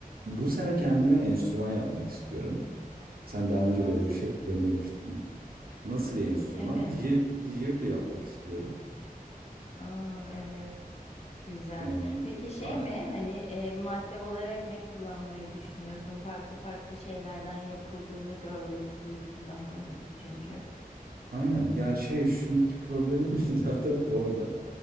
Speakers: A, on the right; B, on the left.
A: Bu sene kendime enstrüman yapmak istiyorum. Sen daha
B: Nasıl?
A: önce böyle bir şey denemiştin. Nasıl bir enstrüman?
B: Evet.
A: Didger- Didgeridoo yapmak istiyorum.
B: Aa, evet. Güzel.
A: Ya,
B: Peki şey
A: a-
B: mi? Hani e, madde olarak ne kullanmayı düşünüyorsun? Farklı farklı şeylerden yapıldığını gördüm, duydum daha önce çünkü.
A: aynen. Ya şey şimdiki problemim <laughs> zaten orada.